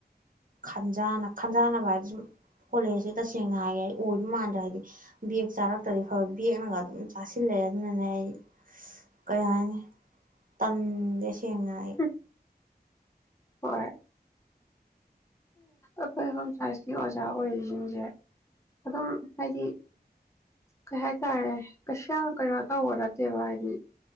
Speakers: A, on the right (about 55°); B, on the left (about 15°).
A: ꯈꯟꯖꯅ ꯈꯟꯖꯥꯟꯅꯕ ꯍꯥꯏꯗꯤ ꯁꯨꯝ ꯀꯣꯂꯦꯖꯁꯦ ꯇꯁꯦꯡꯅ ꯍꯥꯏꯒꯦ ꯑꯩ ꯑꯣꯏꯗꯨ ꯃꯥꯟꯗ꯭ꯔꯦ ꯍꯥꯏꯕꯗꯤ ꯕꯦꯒ ꯆꯥꯔꯛꯇ꯭ꯔꯗꯤ ꯐ ꯕꯦꯒꯅꯒ ꯑꯗꯨꯝ ꯆꯥꯁꯤꯜꯂꯛꯑꯦ ꯑꯗꯨꯅꯅꯦ ꯑꯩ ꯀꯩ ꯍꯥꯏꯅꯤ ꯇꯟꯗꯦ ꯁꯦꯡꯅꯥ ꯑꯩ
B: ꯎꯝ ꯍꯣꯏ ꯑꯩꯈꯣꯏ ꯍꯣꯝ ꯁꯥꯏꯟꯁꯀꯤ ꯑꯣꯖꯥ ꯑꯣꯏꯔꯤꯁꯤꯡꯁꯦ ꯑꯗꯨꯝ ꯍꯥꯏꯗꯤ ꯀꯩ ꯍꯥꯏꯇꯥꯔꯦ ꯀꯩꯁꯨ ꯌꯥꯝ ꯀꯩꯅꯣ ꯇꯧꯕ ꯅꯠꯇꯦꯕ ꯍꯥꯏꯗꯤ